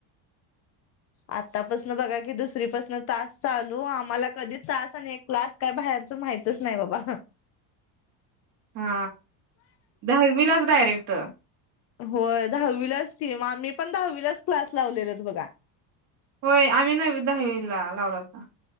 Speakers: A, on the left; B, on the right.
A: आतापासन बघा कि, दुसरीपासन तास चालू. आम्हाला कधी तास आणि क्लास काय, बाहेरच माहितच नाही बाबा. <unintelligible>
B: हा. दहावीलाच डायरेक्ट.
A: होय. दहावीलाच की. म आम्ही पण दहावीलाच क्लास लावलेलत बघा.
B: होय. आम्ही नववि, दहावीला, लावला होता.